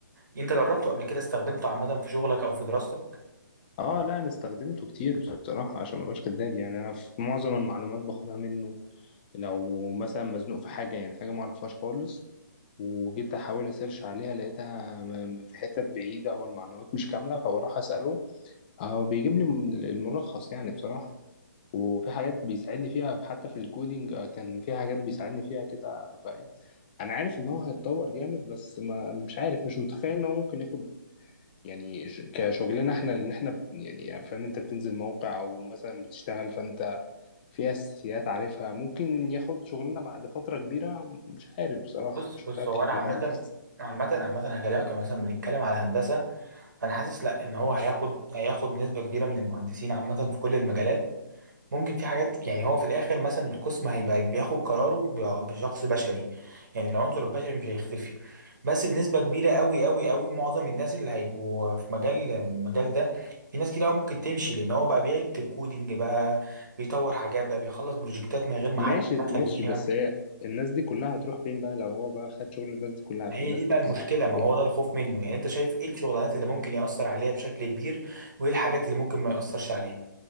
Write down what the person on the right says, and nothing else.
انت جربته قبل كده استخدمته عامه في شغلك او في دراستك
بص
بص
هو انا عامه
عامة عامة هكلمك أنا مثلا بنتكلم على هندسة انا حاسس لا ان هو هياخد هياخد نسبه كبيره من المهندسين عامه في كل المجالات ممكن في حاجات يعني هو في الاخر مثلا القسم هيبقى بياخد قراره ب- بشخص بشري يعني العنصر البشري مش هيختفي بس بنسبه كبيره قوي قوي قوي معظم الناس اللي هيبقوا في مجال المجال ده في ناس كده أوي ممكن تمشي لان هو بقى بيكتب كودينج بقى بيطور حاجات بقى بيخلص بروجكتات من غير ما
حد يتدخل
فيها
ما
هي دي
بقى
المشكله
ما
هو ده الخوف منه يعني انت شايف ايه الشغلانات اللي ممكن ياثر عليها بشكل كبير وايه الحاجات اللي ممكن ما ياثرش عليها